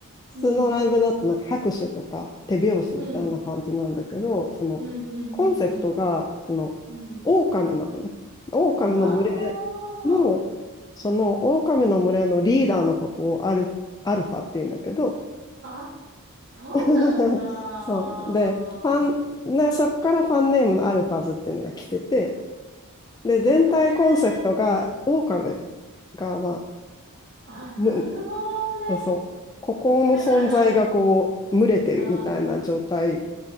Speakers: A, on the left (about 15°); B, on the right (about 55°).
A: 普通のライブだとなんか拍手とか手拍子みたいな感じなんだけど、
B: うん。うん。
A: そのコンセプトがその狼なのね。
B: うんうんうんうん。うん。
A: 狼の群れの、
B: ああ。
A: その狼の群れのリーダーのことをアルフ、アルファって言うんだけど、
B: あ、そうなんだ。
A: <laughs> そう。で、ファン、ね、そっからファンネームのアルファズっていうのが来てて、で、全体コンセプトが狼
B: へえ。
A: が、まあ、
B: あ、なるほどね。
A: む、そう、ここの存在がこう、
B: だからなんか、
A: 群れてるみたいな状態
B: あ